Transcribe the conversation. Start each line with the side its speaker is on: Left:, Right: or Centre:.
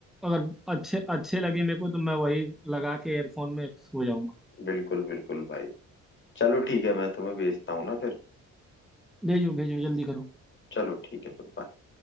Centre: अगर अच्छे अच्छे लगे मेरे को तो मैं वही लगा के एयरफोन में सो जाऊंगा
Left: बिल्कुल बिल्कुल भाई चलो ठीक है मैं तुम्हें भेजता हूँ ना फिर
Centre: भेजो भेजो जल्दी करो
Left: चलो ठीक है फिर bye।